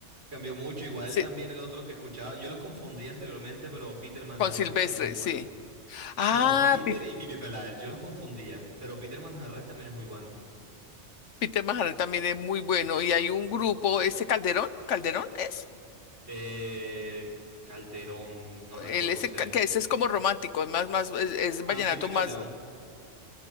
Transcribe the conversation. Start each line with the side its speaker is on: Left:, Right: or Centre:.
Right: Cambió mucho, igual
Left: Sí,
Right: también el otro que escuchaba, yo los confundía anteriormente, pero Peter Manjarres
Left: con Silvestre,
Right: también es muy bueno.
Left: sí. Ah,
Right: No, Peter
Left: Pi-
Right: y Pipe Peláez, yo los confundía, pero Peter Manjarres también es muy bueno.
Left: Peter Majarre también es muy bueno. Y hay un grupo, este Calderón, ¿Calderón es?
Right: Eh, Calderón, no recuerdo,
Left: El ese,
Right: no sé.
Left: ca- que ese es como romántico, es más, más, es, es
Right: Ah,
Left: vallenato
Right: Pipe Calderón.
Left: más